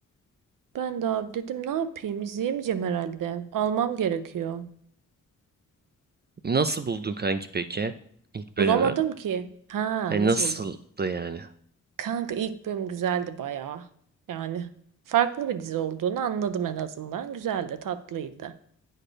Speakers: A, on the right (about 80°); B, on the right (about 30°).
A: Ben de abi dedim ne yapayım? izleyemeyeceğim herhalde. Almam gerekiyor.
B: Nasıl buldun kanki peki? ilk
A: Bulamadım
B: bölümü.
A: ki. Ha
B: Hani
A: nasıl
B: nasıldı
A: buldum?
B: yani?
A: Kanka ilk bölüm güzeldi bayağı. Yani farklı bir dizi olduğunu anladım en azından. Güzeldi, tatlıydı.